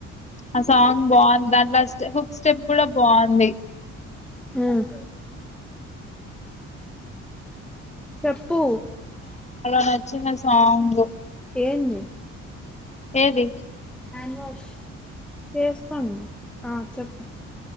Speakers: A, on the left (about 20°); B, in the centre.
A: ఆ సాంగ్ బాగుంది దాంట్లో ఆ స్టెప్ హుక్ స్టెప్ కూడా బాగుంది.
B: ఉమ్ చెప్పు
A: నచ్చిందా సాంగ్
B: ఏంది.
A: ఏది
B: <unintelligible> చేసుకోండి ఆ చెప్పు